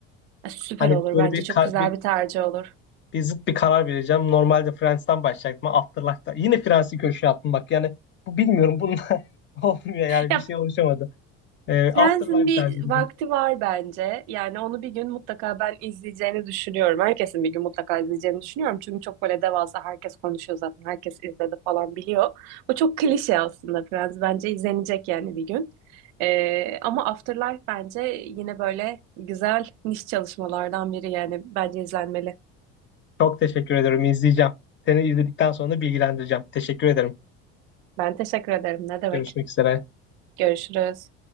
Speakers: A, on the right (about 75°); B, on the left (about 35°).
A: E, Süper
B: Hani
A: olur.
B: böyle
A: Bence
B: bir,
A: çok
B: kar-
A: güzel
B: bir,
A: bir tercih olur.
B: bir zıt bir karar vereceğim. Normalde Friends'ten başlayacaktım. ama Afterlife'da. Yine Friends'i köşeye attım bak. Yani bu bilmiyorum. Bununla <laughs> olmuyor yani.
A: Ya
B: Bir şey oluşamadı. Ee,
A: Friends'in
B: Afterlife
A: bir
B: tercih edeceğim.
A: vakti var bence. Yani onu bir gün mutlaka ben izleyeceğini düşünüyorum. Herkesin bir gün mutlaka izleyeceğini düşünüyorum. Çünkü çok böyle devasa herkes konuşuyor zaten. Herkes izledi falan biliyor. O çok klişe aslında Friends. Bence izlenecek yani bir gün. Ee, ama Afterlife bence yine böyle güzel niş çalışmalardan biri yani. Bence izlenmeli.
B: Çok teşekkür ederim. izleyeceğim. Seni izledikten sonra da bilgilendireceğim. Teşekkür ederim.
A: Ben teşekkür ederim. Ne demek?
B: Görüşmek üzere.
A: Görüşürüz.